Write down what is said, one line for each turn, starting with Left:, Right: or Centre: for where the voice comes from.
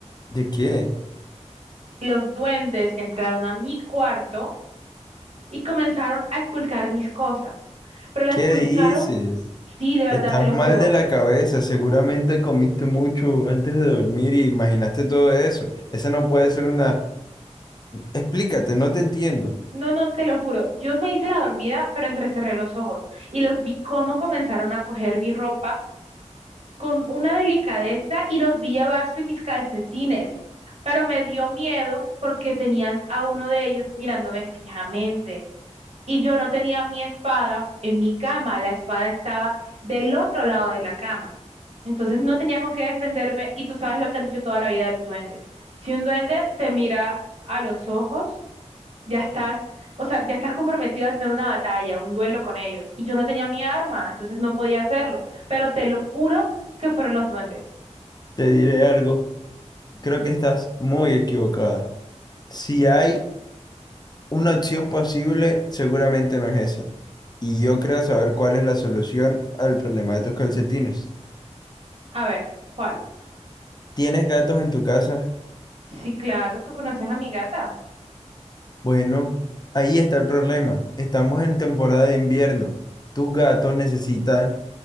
Left: ¿De qué?
Right: Los duendes entraron a mi cuarto y comenzaron a esculcar mis cosas. Pero la
Left: ¿Qué
Right: esculcaron,
Left: dices?
Right: sí, de verdad,
Left: Estás
Right: te lo
Left: mal
Right: juro.
Left: de la cabeza, seguramente comiste mucho antes de dormir y imaginaste todo eso. Esa no puede ser una... Explícate, no te entiendo.
Right: No, no, te lo juro. Yo me hice la dormida, pero entrecerré los ojos y los vi cómo comenzaron a coger mi ropa con una delicadeza y los vi llevarse mis calcetines, pero me dio miedo porque tenían a uno de ellos mirándome fijamente y yo no tenía mi espada en mi cama, la espada estaba del otro lado de la cama. Entonces no tenía con qué defenderme y tú sabes lo que han dicho toda la vida de los duendes. Si un duende te mira a los ojos, ya estás, o sea, ya estás comprometido a tener una batalla, un duelo con ellos. Y yo no tenía mi arma, entonces no podía hacerlo. Pero te lo juro que fueron los duendes.
Left: Te diré algo, creo que estás muy equivocada. Si hay una opción posible, seguramente no es esa. Y yo creo saber cuál es la solución al problema de tus calcetines.
Right: A ver, ¿cuál?
Left: ¿Tienes gatos en tu casa?
Right: Sí, claro, tú conoces a mi gata.
Left: Bueno, ahí está el problema. Estamos en temporada de invierno. Tus gatos necesitan